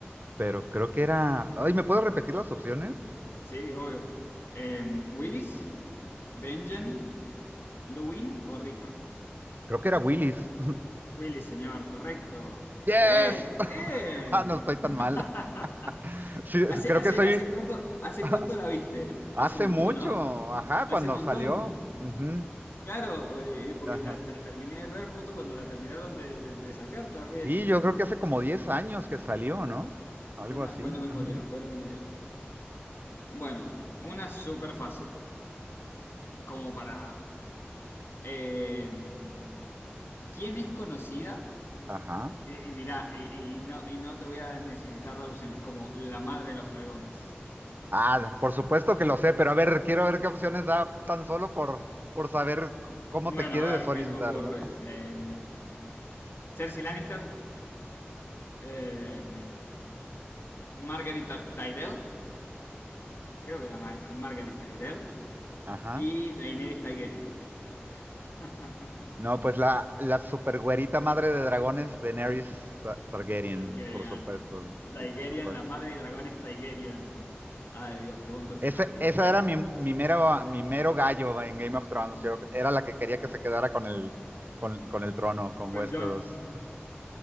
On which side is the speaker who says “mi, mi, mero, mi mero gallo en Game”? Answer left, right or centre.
Right